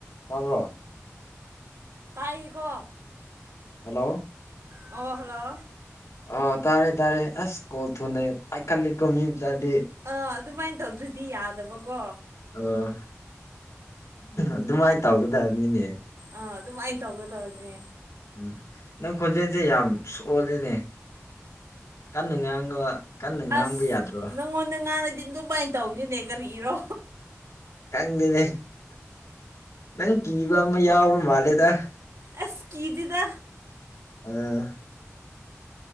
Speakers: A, on the left; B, on the right.
A: ꯇꯕ꯭ꯔꯣ
B: ꯇꯥꯏꯀꯣ
A: ꯍꯜꯂꯣ
B: ꯑꯣ ꯍꯜꯂꯣ
A: ꯑ ꯇꯥꯔꯦ ꯇꯥꯔꯦ ꯑꯁ ꯀꯣꯜ ꯊꯨꯅꯩ ꯄꯥꯏꯈꯠꯂꯤꯀꯣ ꯃꯤ ꯃꯆꯥꯗꯤ
B: ꯑꯥ ꯑꯗꯨꯃꯥꯏꯅ ꯇꯧꯗ꯭ꯔꯗꯤ ꯌꯥꯗꯕꯀꯣ
A: ꯑꯣ ꯑꯗꯨꯃꯥꯏꯅ ꯇꯧꯒꯗꯕ ꯅꯤꯅꯦ
B: ꯑꯥ ꯑꯗꯨꯃꯥꯏꯅ ꯇꯧꯒꯗꯧꯅꯦ
A: ꯎꯝ ꯅꯪ ꯈꯣꯟꯖꯦꯜꯁꯦ ꯌꯥꯝ ꯁꯣꯜꯂꯤꯅꯦ ꯀꯟꯅ ꯉꯥꯡꯉ ꯀꯟꯅ ꯉꯥꯡꯕ
B: ꯑꯁ
A: ꯌꯥꯗ꯭ꯔꯣ
B: ꯅꯪꯉꯣꯟꯗ ꯉꯥꯡꯅꯗꯤ ꯑꯗꯨꯃꯥꯏꯅ ꯇꯧꯅꯤꯅꯦ ꯀꯔꯤꯒꯤꯔꯣ
A: ꯈꯪꯗꯦꯅꯦ ꯅꯪ ꯀꯤꯕ ꯑꯃ ꯌꯥꯎꯕ ꯃꯥꯜꯂꯦꯗ
B: ꯑꯦꯁꯀꯤꯖꯤꯗ
A: ꯑꯥ